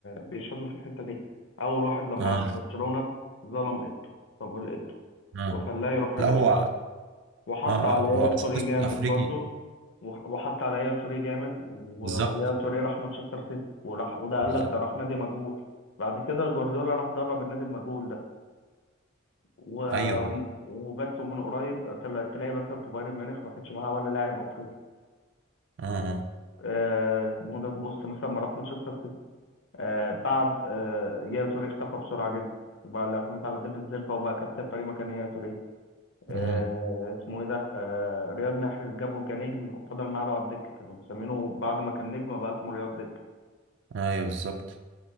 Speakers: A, on the left (about 60°); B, on the right (about 60°).
A: بيشهد له في الحته دي اول واحد لما
B: اه
A: راح برشلونه ظلم ايتو صامويل ايتو
B: اه
A: وخلاه يروح الانتر
B: لا هو اه
A: وحط
B: آه،
A: على
B: هو بس
A: توري
B: قسم
A: جامد
B: افريقي
A: برضه وح- وحط على يا توريه جامد و-
B: بالظبط
A: ويا توريه راح مانشستر سيتي وراح وده قال
B: بالظبط
A: لك ده راح نادي مجهول بعد كده جوارديولا راح درب النادي المجهول ده و...
B: ايوه
A: وم- وبس ومن قريب تلا- تلاقي مثلا في بايرن ميونخ ما كانش معاه ولا لاعب افريقي
B: اه اه
A: آه، اسمه ده تبص مثلا ما راح مانشستر سيتي آه، بعد آه، يا توريه اختفى بسرعه جدا وبقى الاعتماد على ديفيد سيلفا وبقى كابتن فريق مكان يا توريه آه،
B: مم.
A: اسمه ايه ده آه، رياض محرز جابه كنجم وفضل معاه على الدكه كانوا مسمينه بعد ما كان نجم بقى اسمه رياض دكه.
B: ايوه بالظبط